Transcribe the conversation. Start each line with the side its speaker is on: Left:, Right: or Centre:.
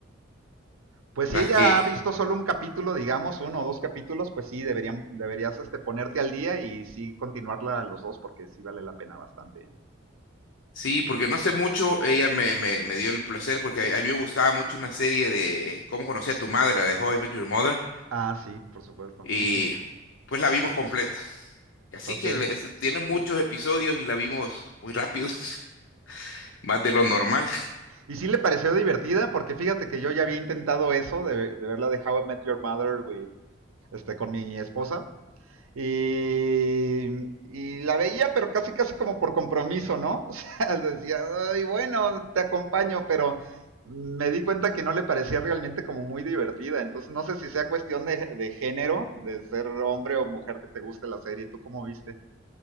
Right: Pues si
Left: Más
Right: ella
Left: que
Right: ha visto solo un capítulo, digamos, uno o dos capítulos, pues sí, deberían, deberías este, ponerte al día y sí continuarla los dos porque sí vale la pena bastante. ¿eh?
Left: sí, porque no sé mucho, ella me, me, me dio el placer porque a, a mí me gustaba mucho una serie de Cómo conocí a tu madre, la de How I Met Your Mother,
Right: Ah, sí, por supuesto.
Left: y
Right: Ujú.
Left: pues la vimos completa. Así
Right: Ok.
Left: que le- es- tiene muchos episodios y la vimos muy rápido, <laughs> más de lo normal.
Right: Y sí le pareció divertida porque fíjate que yo ya había intentado eso de, de verla de How I Met Your Mother with este, con mi esposa. Y, y, la veía, pero casi, casi como por compromiso, ¿no? <laughs> O sea, decía, ay, bueno, te acompaño, pero me di cuenta que no le parecía realmente como muy divertida. Entonces, no sé si sea cuestión de, de género, de ser hombre o mujer que te guste la serie. ¿Tú cómo viste?